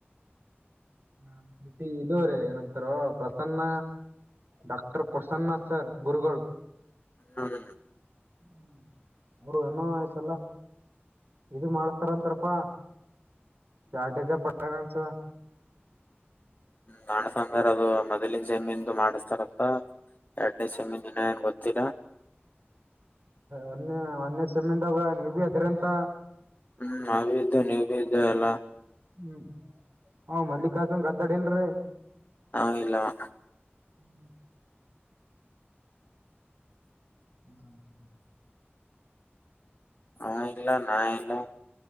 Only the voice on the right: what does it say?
ಹಾ ಸಿಟಿ ಇದದು ರೀ ಏನಂತಾರ ಪ್ರಸನ್ನ ಡಾಕ್ಟರ್ ಪ್ರಸನ್ನ ಸರ್ ಗುರುಗಳುಗಳು
ಹ ಅವರು ಏನೋಸಲ್ಲ ಇದು ಮಾಡಸ್ತಾರಂತಾರಪಾ ಜಾಡೇಜ ಪಟ್ಟನ್ಸ
ಒನ್ನೆ ಒನ್ನೆ ಸಮ್ಮಿಂದಾಗ ನೀವು ಇಬ್ಬರೂ ಇದ್ದರಿ ಅಂತ
ಹ್ಮ್ ಹ್ ಮಲ್ಲಿಕಾರ್ಜುನ್ ಗದ್ದಾಡಿ ಇಲ್ರಿ
ಹ್ಮ್ ಹ